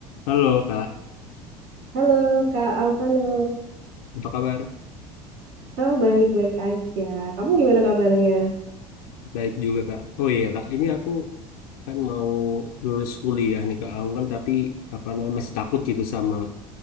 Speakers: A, on the left; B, on the right.
A: Halo Kak,
B: Halo Kak Alvano.
A: apa kabar?
B: Oh, baik-baik aja. Kamu gimana kabarnya?
A: Baik juga Kak. Oh iya Kak, ini aku kan mau lulus kuliah nih Kak. Aku kan tapi apa namanya masih takut gitu sama